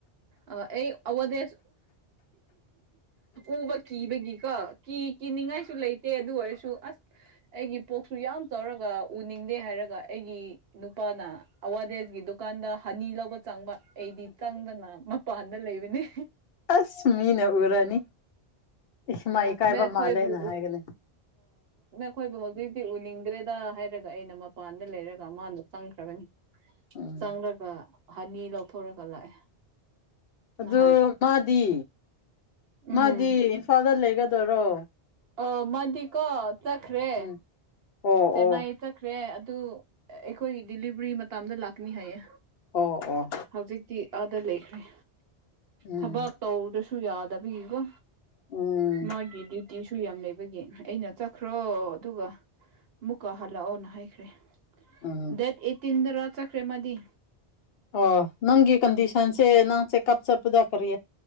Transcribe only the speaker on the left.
ꯑꯁ ꯃꯤꯅ ꯎꯔꯅꯤ ꯏꯃꯥꯏ
ꯏꯀꯥꯏꯕ ꯃꯥꯜꯂꯦꯅ
ꯍꯥꯏꯒꯅꯤ
ꯎꯝ
ꯑꯗꯨ
ꯃꯥꯗꯤ
ꯃꯥꯗꯤ ꯏꯝꯐꯥꯜꯗ ꯂꯩꯒꯗꯔꯣ
ꯎꯝ ꯑꯣ
ꯑꯣ
ꯑꯣ ꯑꯣ
ꯎꯝ
ꯎꯝ
ꯎꯝ
ꯑꯣ ꯅꯪꯒ ꯀꯟꯗꯤꯁꯟ ꯦꯅꯥꯁꯦ ꯀꯞ ꯁ ꯄꯖꯔꯤ